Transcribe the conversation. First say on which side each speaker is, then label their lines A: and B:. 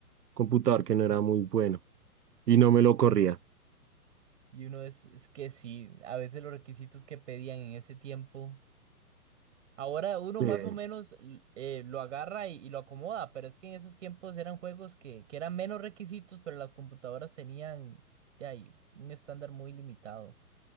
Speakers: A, on the right; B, on the right.
A: Computador que no era muy bueno. Y no me lo corría.
B: Y uno es, es que sí, a veces los requisitos que pedían en ese tiempo. Ahora uno más
A: Eh,
B: o menos l- eh, lo agarra y, y lo acomoda, pero es que en esos tiempos eran juegos que, que eran menos requisitos, pero las computadoras tenían de ahí, un estándar muy limitado.